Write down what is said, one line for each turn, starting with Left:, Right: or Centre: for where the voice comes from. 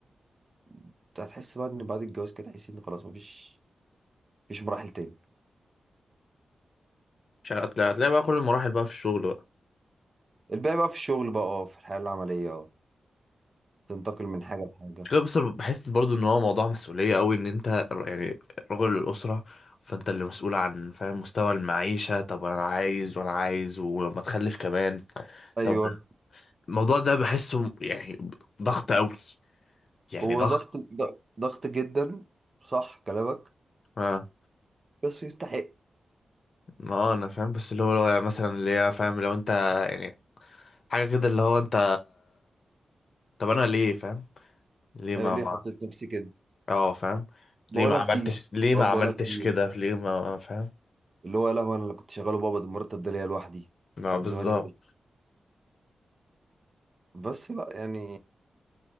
Right: انت هتحس بقى ان بعد الجواز كده تحس ان خلاص مفيش مفيش مراحل تاني
Left: مش عارف، هتلاقي هتلاقي بقى كل المراحل بقى في الشغل بقى
Right: الباقي بقى في الشغل بقى اه في الحياة العملية اه تنتقل من حاجة لحاجة
Left: مش كده بس أنا بحس برضو ان هو موضوع مسؤولية قوي ان انت ر- يعني رجل الأسرة فانت اللي مسؤول عن فاهم مستوى المعيشة طب انا عايز وانا عايز ولما تخلف كمان
Right: أيوه
Left: طب الموضوع ده بحسه م- يعني ضغط قوي يعني
Right: هو
Left: ضغط
Right: ضغط ض- ضغط جدا صح كلامك
Left: اه
Right: بس يستحق
Left: ما هو انا فاهم بس اللي هو لو يعني مثلا اللي هي فاهم لو انت يعني حاجة كده اللي هو انت طب انا ليه فاهم ليه ما
Right: آه، ليه
Left: ما
Right: حطيت نفسي كده
Left: اه فاهم
Right: بقولها
Left: ليه ما عملتش
Right: كتير
Left: ليه
Right: ساعات
Left: ما عملتش
Right: بقولها كتير
Left: كده ليه ما فاهم
Right: اللي هو لا هو أنا اللي كنت شغاله بابا ده المرتب ده ليا لوحدي
Left: لا
Right: كان
Left: بالظبط
Right: زماني بقى. بس بقى يعني